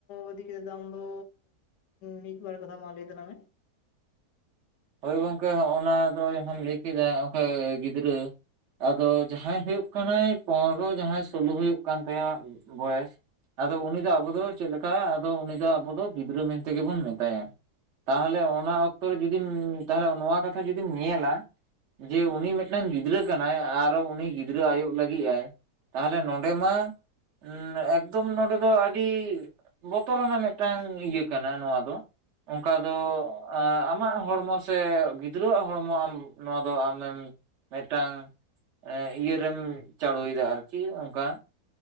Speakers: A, on the left (about 80°); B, on the right (about 55°).
A: ᱤᱫᱤ ᱠᱟᱛᱮ ᱫᱚ ᱟᱢ ᱫᱚ, ᱢᱤᱫ ᱵᱟᱨ ᱠᱟᱛᱷᱟ ᱢᱟ ᱞᱟᱹᱭ ᱛᱟᱞᱟᱝ ᱢᱮ?
B: ᱦᱳᱭ ᱜᱚᱝᱠᱮ ᱦᱚᱸᱜᱼᱚᱱᱟ ᱫᱚ ᱡᱟᱦᱟᱸᱢ ᱞᱟᱹᱭ ᱠᱮᱫᱟ ᱚᱝᱠᱟ ᱜᱤᱫᱽᱨᱟᱹ, ᱟᱫᱚ ᱡᱟᱦᱟᱸᱭ ᱦᱳᱭᱳᱜ ᱠᱟᱱᱟᱭ ᱯᱚᱱᱨᱚ, ᱡᱟᱦᱟᱸᱭ ᱥᱳᱞᱞᱳ ᱦᱩᱭᱩᱜ ᱠᱟᱱ ᱛᱟᱭᱟ ᱵᱚᱭᱮᱥ, ᱟᱫᱚ ᱩᱱᱤ ᱫᱚ ᱟᱵᱚ ᱫᱚ ᱪᱮᱫ ᱞᱮᱠᱟ, ᱟᱫᱚ ᱩᱱᱤ ᱫᱚ ᱟᱵᱚ ᱫᱚ ᱜᱤᱫᱽᱨᱟᱹ ᱢᱮᱱ ᱛᱮᱜᱮ ᱵᱚᱱ ᱢᱮᱛᱟᱭᱟ᱾ ᱛᱟᱦᱚᱞᱮ ᱚᱱᱟ ᱚᱠᱛᱚ ᱨᱮ ᱡᱩᱫᱤᱢ, ᱛᱟᱦᱚᱞᱮ ᱱᱚᱣᱟ ᱠᱟᱛᱷᱟ ᱡᱩᱫᱤᱢ ᱧᱮᱞᱟ ᱡᱮ ᱩᱱᱤ ᱢᱤᱫᱴᱟᱝ ᱜᱤᱫᱽᱨᱟᱹ ᱠᱟᱱᱟᱭ ᱟᱨᱚ ᱩᱱᱤ ᱜᱤᱫᱽᱨᱟᱹ ᱟᱭᱳᱜ ᱞᱟᱹᱜᱤᱜ-ᱟᱭ, ᱛᱟᱦᱚᱞᱮ ᱱᱚᱰᱮ ᱢᱟ, ᱩᱸᱻ ᱮᱠᱫᱚᱢ ᱱᱚᱰᱮ ᱫᱚ ᱟᱰᱤ ᱵᱚᱛᱚᱨᱟᱱᱟᱜ ᱢᱤᱫᱴᱟᱝ ᱤᱭᱟᱹ ᱠᱟᱱᱟ ᱱᱚᱣᱟ ᱫᱚ, ᱚᱝᱠᱟ ᱫᱚ ᱟᱸ ᱟᱢᱟᱜ ᱦᱚᱲᱢᱚ ᱥᱮ ᱜᱤᱫᱽᱨᱟᱹᱣᱟᱜ ᱦᱚᱲᱢᱚ ᱟᱢ ᱱᱚᱣᱟ ᱫᱚ ᱟᱢᱮᱢ ᱢᱤᱫᱴᱟᱝ ᱮᱸ ᱤᱭᱟᱹ ᱨᱮᱢ ᱪᱟᱰᱳᱭᱫᱟ ᱟᱨᱠᱤ ᱚᱝᱠᱟ᱾